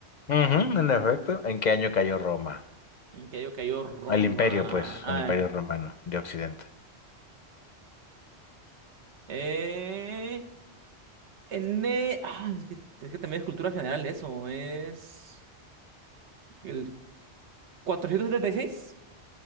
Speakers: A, on the left (about 55°); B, on the right (about 85°).
A: Ujú, en efecto, ¿en qué año cayó Roma?
B: En cayó, cayó Roma.
A: El imperio, pues,
B: Ah,
A: el imperio romano de Occidente.
B: eh, N. Ah, es que, es que también es cultura general eso. Es. el 476